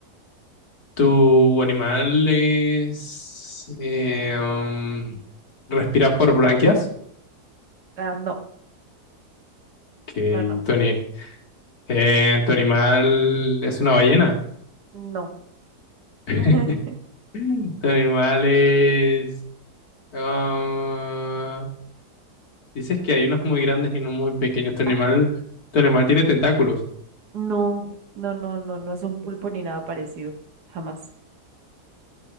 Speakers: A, on the left (about 65°); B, on the right (about 75°).
A: ¿Tu animal es, eh, um, respira por branquias?
B: Ah, no,
A: Que
B: no, no,
A: tu, ani- eh, tu animal es una ballena.
B: no.
A: <laughs>
B: <laughs>
A: Tu animal es... ah, dices que hay unos muy grandes y unos muy pequeños. Tu animal,
B: Ah,
A: tu animal tiene tentáculos.
B: no, no, no, no, no es un pulpo ni nada parecido, jamás.